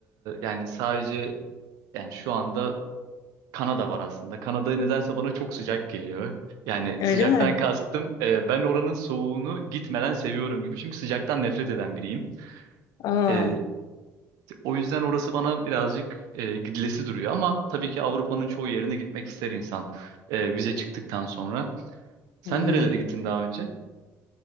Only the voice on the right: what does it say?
yani sadece yani şu anda Kanada var aslında. Kanada nedense bana çok sıcak geliyor. Yani
sıcaktan
kastım e, ben oranın soğuğunu gitmeden seviyorum gibi. Çünkü sıcaktan nefret eden biriyim.
E, o yüzden orası bana birazcık e, gidilesi duruyor. Ama tabii ki Avrupa'nın çoğu yerine gitmek ister insan e, vize çıktıktan sonra. Sen
nerelere gittin daha önce?